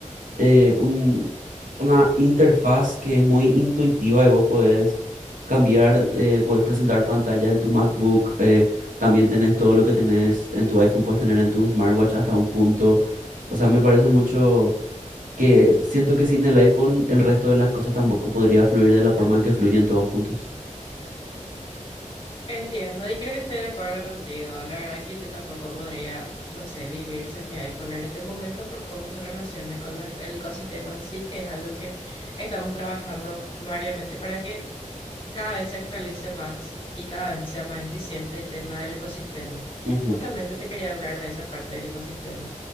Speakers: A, on the right; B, on the left.
A: eh, un- una interfaz que es muy intuitiva y vos podés cambiar, eh, podés presentar pantalla en tu MacBook, eh, también tenés todo lo que tenés en tu iPhone, puedes tener en tu smartwatch hasta un punto. O sea, me parece mucho que siento que sin el iPhone el resto de las cosas tampoco podría fluir de la forma en que fluyen todos juntos.
B: Entiendo y creo que estoy de acuerdo contigo. La verdad que yo tampoco podría, no sé, vivir sin mi iPhone en este momento por cómo se relaciona con los, ec- el ecosistema en sí, que es algo que estamos trabajando variamente para que cada vez se actualice más y cada vez sea más eficiente el tema del ecosistema.
A: Ujú.
B: Justamente te quería hablar de esa parte del ecosistema.